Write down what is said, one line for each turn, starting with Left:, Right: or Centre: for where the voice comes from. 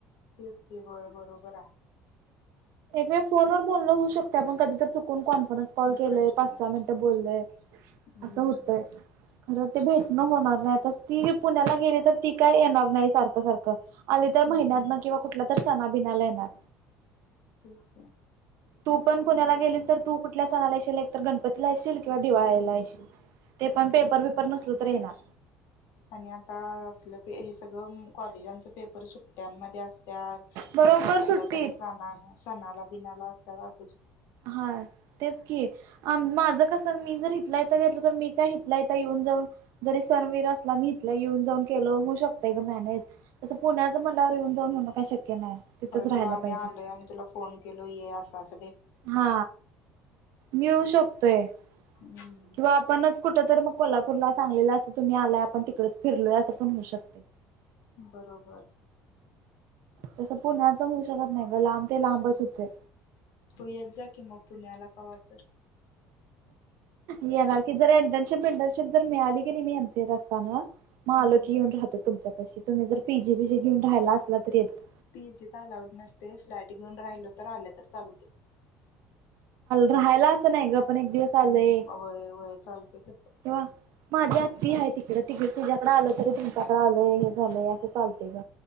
Left: तेच की होय बरोबर आहे.
Right: एक वेळ फोनवर बोलन होऊ शकते. आपण कधी तर चुकून कॉन्फरन्स कॉल
Left: इन्फरन्स
Right: केलंय पाच-सहा
Left: घे
Right: मिनटं बोललय.
Left: हम्म
Right: असं होतय खरं ते भेटणं होत होणार नाही. नाहीस ती पुण्याला गेली तर ती काय येणार नाही सारखं-सारखं. आली तर
Left: हम्म
Right: महिन्यात न किंवा कुठला तर सणाबिनाला येणार.
Left: तेच की.
Right: तू पण पुण्याला गेलीस. तर तू कुठल्या सणाला येशील. एक तर गणपतीला असशील किंवा दिवाळीला येशील. ते पण पेपर. बीपर नसल तर येनार.
Left: आणि आता असलं प हे सगळं कॉलेजांच पेपर सुट्ट्यांमध्ये असत. त्या नाहीतर
Right: बरोबर
Left: कुठल्या
Right: सुट्टीत.
Left: तर सणा सणाला-बिनाला अस.
Right: हा तेच की माझ. कस मी जर हथला इथं घेतलं तर. मी काय हितल्या हित येऊन जाऊन जरी सन-बीन असला मी हथला येऊन जाऊन. केल्यावर होऊन जातय ग मॅनेज तस पुण्याच म्हनल्यावर येऊन जाऊन मग काय शक्य नाही तिथंच
Left: होय
Right: राहायला
Left: किंवा आम्ही
Right: पाहिजे.
Left: आलोय आणि तुला फोन केलो ये अस अस.
Right: हा मिळू शकतोय
Left: हम्म
Right: किंवा आपणच कुठ तर मग कोल्हापूरला सांगलीला अस तुम्ही आलाय आपण तिकडेच फिरलोय अस पण होऊ शकते.
Left: बरोबर.
Right: तसं पुण्याच होऊ शकत नाही ग. लांब ते लांबच होतय.
Left: तू येत जा की पुण्याला कवा तर मग.
Right: येणार की जर इंटर्नशिप-विंटर्नशिप जर मिळाली की नाही मी एनसीए असताना. मग
Left: हम्म
Right: आलो की येऊन राहतो तुमच्या पाशी तुम्ही जर पीजी बीजी घेऊन राहियला असला तर येतो.
Left: पीजी तर अलाउड नसते. फ्लॅट घेऊन राहिलो तर आलं तर चालत.
Right: राहायला असं नाही ग. पण एक दिवस आलोय
Left: हम्म होय होय चालते तस
Right: केव्हा. माझी आत्ती आहे तिकडें तिकडे. तुझ्याकडें आलोय तरी तुमच्याकडडे आलोय हे झालंय असं चालतय ग